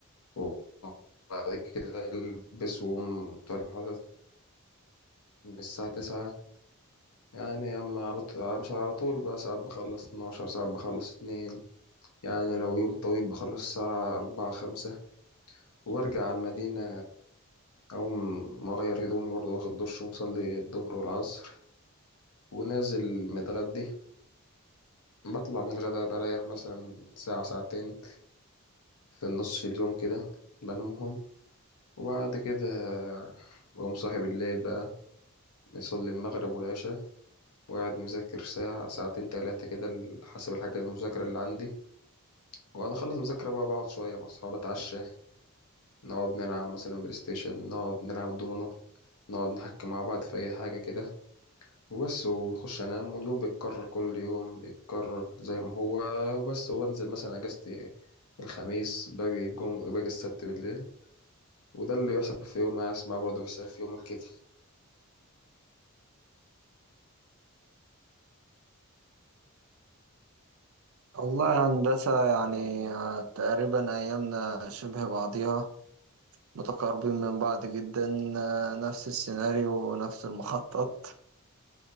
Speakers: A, on the left; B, on the right.
A: وبعد كده ألبس وأقوم طالع المحاضرة من الساعة تسعة يعني يا عم على طول مش على طول بقى ساعات بخلص اتناشر ساعات بخلص اتنين يعني لو يوم طويل بخلص الساعة أربعة خمسة وبرجع على المدينة أقوم أغير هدومي برضه واخد دش ومصلي الظهر والعصر ونازل متغدي بطلع من الغدا بريح مثلا ساعة ساعتين في نص اليوم كده بنامهم وبعد كده بقوم صاحي بالليل بقى بيصلي المغرب والعشاء وقاعد مذاكر ساعة ساعتين تلاتة كده ال- حسب الحاجة المذاكرة اللي عندي وبعد أخلص مذاكرة بقى بقعد شوية مع أصحابي أتعشى نقعد نلعب مثلا بلاي ستيشن نقعد نلعب دومينو نقعد نحكي مع بعض في أي حاجة كده وبس وبخش أنام واليوم بيتكرر كل يوم بيتكرر زي ما هو وبس وبنزل مثلا أجازتي الخميس باجي الجم... باجي السبت بالليل وده اللي بيحصل في يومي أنا اسمع برضه بيحصل في يومك كده
B: والله يا هندسة يعني آه، تقريبا أيامنا شبه بعضيها متقاربين من بعض جدا آه، نفس السيناريو ونفس المخطط